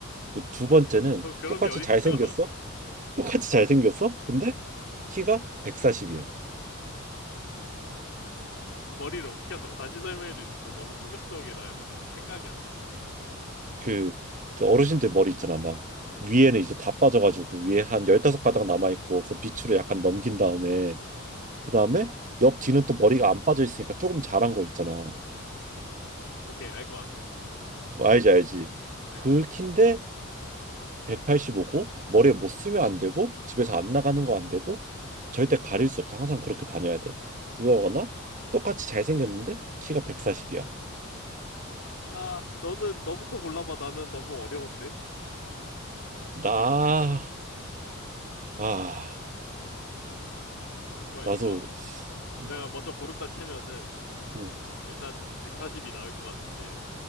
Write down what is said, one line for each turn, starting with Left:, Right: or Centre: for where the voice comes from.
Right: 그두 번째는
Left: <laughs> 뭐 그런
Right: 똑같이
Left: 게 어딨어?
Right: 잘생겼어?
Left: <laughs>
Right: 똑같이 잘생겼어? 근데 키가 140이야.
Left: 머리를 어떻게 한다고? 다시 설명해 줄 수 있어. 너무 충격적이라 약간 생각이 안 나는데?
Right: 그, 그 어르신들 머리 있잖아. 막 위에는 이제 다 빠져가지고 위에 한 15가닥 남아있고 그 밑으로 약간 넘긴 다음에
Left: 음,
Right: 그 다음에 옆 뒤는 또 머리가 안 빠져 있으니까 조금 자란 거 있잖아.
Left: 오케이, 알 것 같아.
Right: 뭐 알지 알지.
Left: 어, 알
Right: 그
Left: 것 같아.
Right: 키인데 185고 머리에 못 쓰면 안 되고 집에서 안 나가는 거 안 되고 절대 가릴 수 없어. 항상 그렇게 다녀야 돼. 그거거나 똑같이 잘생겼는데 키가 140이야.
Left: 아, 너는, 너부터 골라봐. 나는 너무 어려운데?
Right: 나, 아,
Left: 정말
Right: 나도,
Left: 이거는
Right: 응,
Left: 내가 먼저 고른다 치면은
Right: 응,
Left: 일단 140이 나올 것 같은 게.